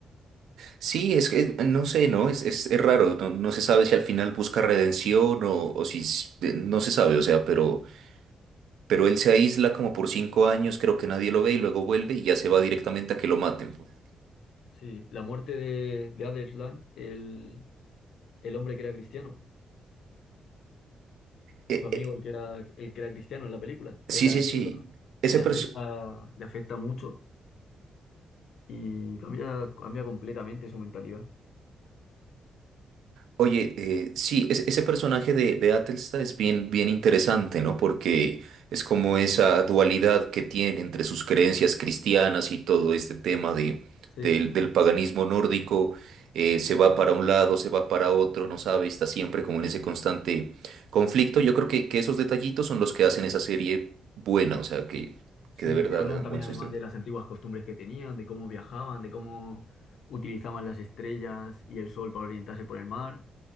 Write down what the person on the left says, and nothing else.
Sí, la muerte de, de Adelsland, el, el hombre que era cristiano,
su amigo
el que era, el que era cristiano en la película, en
la
serie, perdón,
le
afecta, le afecta mucho y cambia, cambia completamente su mentalidad.
Sí,
sí,
te hablan
también
además de las antiguas costumbres que tenían, de cómo viajaban, de cómo utilizaban las estrellas y el sol para orientarse por el mar.